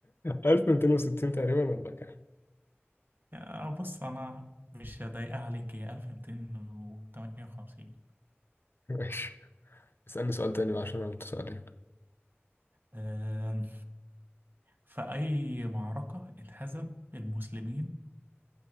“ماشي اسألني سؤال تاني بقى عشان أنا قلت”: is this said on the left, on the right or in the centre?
Left